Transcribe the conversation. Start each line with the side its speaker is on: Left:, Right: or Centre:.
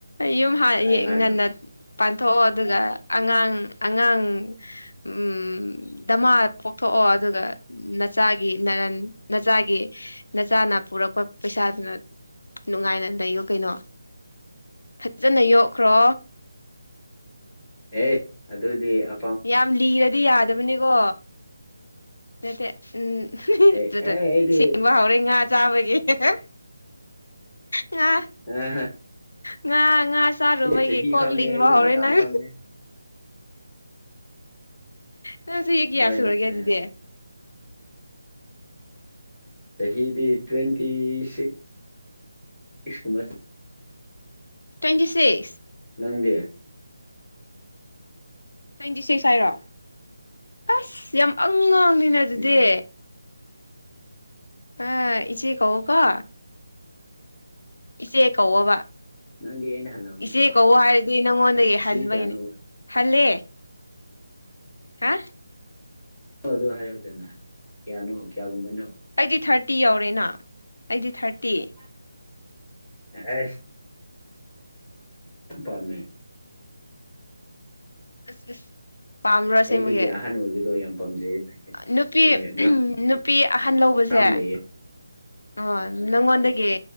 Left: ꯌꯨꯝ ꯍ
Centre: ꯍꯥꯏꯌꯣ
Left: ꯌꯦꯡꯉ
Centre: ꯍꯥꯏꯌꯣ
Left: ꯉꯟꯅ ꯄꯥꯟꯊꯣꯛꯑꯣ ꯑꯗꯨꯒ ꯑꯉꯥꯡ ꯑꯉꯥꯡ ꯎꯝ ꯗꯃꯥꯗ ꯄꯣꯛꯊꯣꯛꯑꯣ ꯑꯗꯨꯒ ꯅꯆꯥꯒꯤ ꯅꯔꯟ ꯅꯆꯥꯒꯤ ꯅꯆꯥꯅ ꯄꯨꯔꯛꯄꯐꯝ ꯄꯩꯁꯥꯗꯨꯅ ꯅꯨꯡꯉꯥꯏꯅ ꯂꯩꯌꯣ ꯀꯩꯅꯣ ꯐꯠꯖꯅ ꯌꯣꯛꯈ꯭ꯔꯣ
Centre: ꯑꯦ ꯑꯗꯨꯗꯤ ꯑ
Left: ꯌꯥꯝ ꯂꯤꯔꯗꯤ ꯌꯥꯗꯕꯅꯤꯒꯣ ꯗꯇꯦ ꯎꯝ ꯍꯍꯤ
Centre: ꯑꯦ
Left: ꯗꯨꯗꯛ
Centre: ꯑꯦ ꯑꯩꯗꯤ
Left: ꯁꯤꯡꯕ ꯍꯧꯔꯦ ꯉꯥ ꯆꯕꯥꯒꯤ ꯍꯦ ꯍꯦ ꯉꯥ
Centre: ꯉꯥ ꯍꯥ
Left: ꯉꯥ ꯉꯥ ꯆꯥꯔꯨꯕꯒꯤ
Centre: ꯆꯍꯤ
Left: ꯀꯣꯛ
Centre: ꯈꯪꯉꯦ
Left: ꯂꯤꯡꯕ
Centre: ꯑꯩꯒꯤ
Left: ꯍꯧꯔꯦ
Centre: ꯃꯇꯝ
Left: ꯅꯪ
Centre: ꯈꯪꯉꯦ
Left: ꯅꯪ ꯆꯍꯤ ꯀꯌꯥ
Centre: ꯍꯣꯏ
Left: ꯁꯨꯔꯒꯦ
Centre: ꯑ
Left: ꯑꯗꯨꯗꯤ
Centre: ꯆꯥꯍꯤꯗꯤ ꯇ꯭ꯨꯋꯦꯟꯇꯤ ꯁꯤꯛ ꯁꯤꯛꯁꯀꯨꯝꯕ
Left: ꯇ꯭ꯋꯦꯟꯇꯤ ꯁꯤꯛꯁ
Centre: ꯅꯪꯗꯤ
Left: ꯇ꯭ꯋꯦꯟꯇꯤ ꯁꯤꯛꯁ ꯍꯥꯏꯔꯣ ꯑꯁ ꯌꯥꯝ ꯑꯉꯥꯡꯅꯤꯅ
Centre: ꯇ꯭ꯋꯦꯟꯇꯤ
Left: ꯑꯗꯨꯗꯤ
Centre: ꯁꯤꯛꯁ
Left: ꯍ ꯏꯆꯦ ꯀꯧꯑꯣꯀꯣ ꯏꯆꯦ ꯀꯧꯑꯣꯕ
Centre: ꯅꯪꯗꯤ ꯑꯩꯅ ꯍꯜꯂꯝꯒꯅꯤ
Left: ꯏꯆꯦ ꯀꯧ ꯍꯥꯏꯔꯗꯤ ꯅꯪꯉꯣꯟꯗꯒꯤ
Centre: ꯅꯪ
Left: ꯍꯟꯕꯒꯤꯅꯦ
Centre: ꯁꯤ ꯀꯌꯥꯅꯣ
Left: ꯍꯜꯂꯦ ꯍꯥ
Centre: ꯑꯣ ꯑꯗꯨ ꯍꯥꯏꯌꯨꯗꯅ ꯀꯌꯥꯅꯣ ꯀꯌꯥꯒꯨꯝꯕꯅꯣ
Left: ꯑꯩꯗꯤ ꯊꯥꯔꯇꯤ ꯌꯧꯔꯦꯅ ꯑꯩꯗꯤ ꯊꯥꯔꯇꯤ
Centre: <unintelligible> ꯄꯝꯃꯦ
Left: ꯑꯁ ꯑꯁ ꯄꯥꯝꯕ꯭ꯔꯣ ꯑꯁꯦꯡꯕꯒꯤ
Centre: ꯑꯩꯗꯒꯤ ꯑꯍꯟ ꯑꯣꯏꯕꯗꯣ ꯌꯥꯝ ꯄꯥꯝꯖꯩ
Left: ꯅꯨꯄꯤ
Centre: ꯍꯣꯏ ꯃꯔꯝ
Left: ꯅꯨꯄꯤ ꯑꯍꯟ ꯂꯧꯕꯁꯦ
Centre: ꯌꯥꯝ ꯂꯩꯌꯦ
Left: ꯑꯣ ꯅꯪꯉꯣꯟꯗꯒꯤ